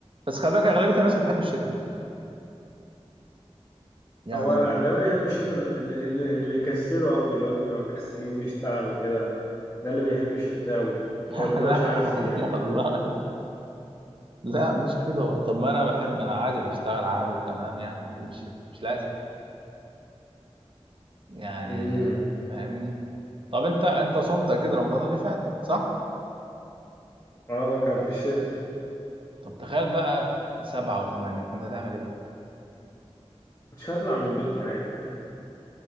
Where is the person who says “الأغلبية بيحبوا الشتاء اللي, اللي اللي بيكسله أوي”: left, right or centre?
Left